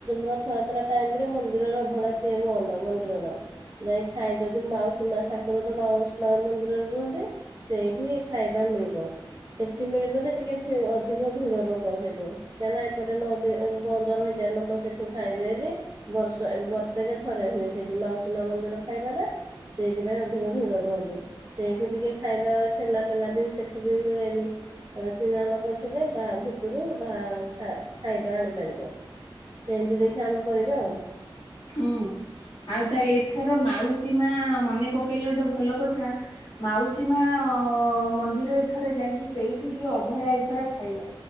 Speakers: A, on the right (about 50°); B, on the left (about 75°).
A: ରଥଯାତ୍ରା ଟାଇମରେ ମନ୍ଦିରର ଅଭଡା ଏ ବନ୍ଦ ମନ୍ଦିରର। ନାଇଁ ଖାଇ ଯଦି ମାଉସୀ ମା ଠାକୁର ତ ମାଉସୀ ମନ୍ଦିରରେ ରୁହନ୍ତେ ସେଇଠି ଖାଇବା ମିଳିବ। ସେଠି ମିଳିବ ତ ଟିକେ ଭି ଅଧିକ ଭିଡ ଲୋକ ସେଠୁ। କାଁନା ଏପଟେ ନଦ ବନ୍ଦର ହେଇଯା ଲୋକ ସେଠୁ ଖାଇବେ ବୋଲି। ବର୍ଷ ବର୍ଷେକ ଥରେ ହୁଏ ସେଇଠି ମାଉସୀମା ମନ୍ଦିର ଖାଇବା ଟା। ସେଇଥିପାଇଁ ଅଧିକ ଭିଡ ରୁହନ୍ତି। ସେଇଠୁ ଟିକେ ଖାଇବା ଥିଲା ପା ବି ସେଠୁ ବି ମିଳେନି। ତା ଚିହ୍ନା ଲୋକ ଥିଲେ ବା ଭିତରୁ ବା ଖାଇବା ଆଣିପାରିବ। ସେଇମିତି ଦେଖିଆ ଆମେ କରିବା ଆଉ।
B: ହୁଁ ଆଉ ତାହେଲେ ଏଥର ମାଉସୀ ମା ମନେ ପକେଇଲେ ଗୋଟେ ଭଲ କଥା। ମାଉସୀ ମା ମନ୍ଦିର ଏଥର ଯାଇକି ସେଇଠି ଟିକେ ଅଭଢା ଏଥର ଖାଇଆ।